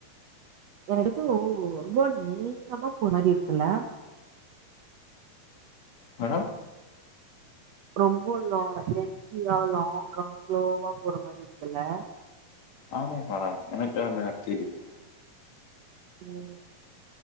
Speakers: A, on the right; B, on the left.
A: என்து உ உ <unintelligible> நீங்கமா போ மாரி இருக்குல
B: மேடம்
A: ரொம்ப லா லென்த்தியா லாங்கா ஸ்லோவா போற மாரி இருக்குல்ல
B: ஆமா மேடம் எனக்கு எல்திருக்கு
A: ம்